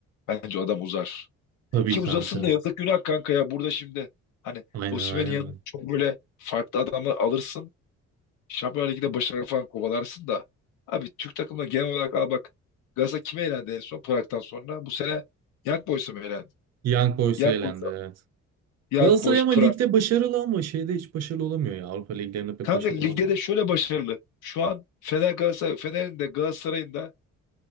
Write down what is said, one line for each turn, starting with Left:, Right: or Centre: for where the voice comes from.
Left: bence o adam uzar.
Right: Tabii
Left: Ki uzasın
Right: kanka.
Left: da yazık günah kanka ya burada şimdi. Hani
Right: Aynen
Left: Osimhen'in
Right: aynen.
Left: yanına çok böyle farklı adamı alırsın. Şampiyonlar Ligi'nde başarı falan kovalarsın da. Abi Türk takımına genel olarak al bak. Galatasaray kime elendi en son Prag'dan sonra? Bu sene Young Boys'a mı elendi?
Right: Young Boys'a
Left: Young
Right: elendi
Left: Boys,
Right: evet.
Left: Young
Right: Galatasaray
Left: Boys,
Right: ama
Left: Prag.
Right: ligde başarılı ama şeyde hiç başarılı olamıyor ya. Avrupa liglerinde pek
Left: Kanka
Right: başarılı
Left: ligde
Right: olamıyor.
Left: de şöyle başarılı. Şu an Fener Galatasaray, Fener'in de Galatasaray'ın da